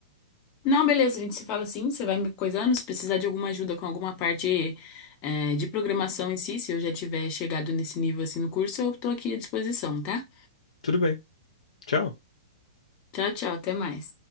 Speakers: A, on the left (about 35°); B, on the left (about 70°).
A: Não, beleza, a gente se fala assim, você vai me coisando, se precisar de alguma ajuda com alguma parte é, de programação em si, se eu já tiver chegado nesse nível assim no curso, eu tô aqui à disposição, tá?
B: Tudo bem. Tchau.
A: Tchau, tchau, até mais.